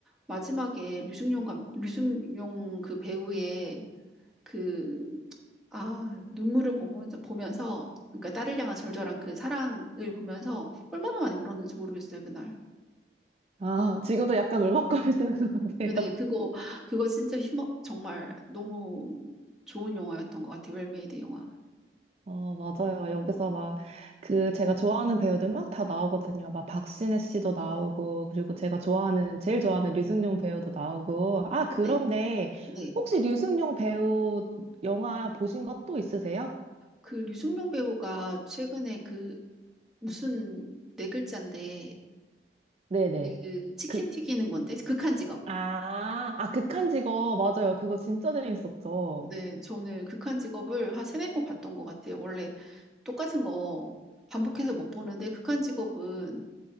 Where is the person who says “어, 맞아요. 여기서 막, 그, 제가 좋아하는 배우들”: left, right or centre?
Right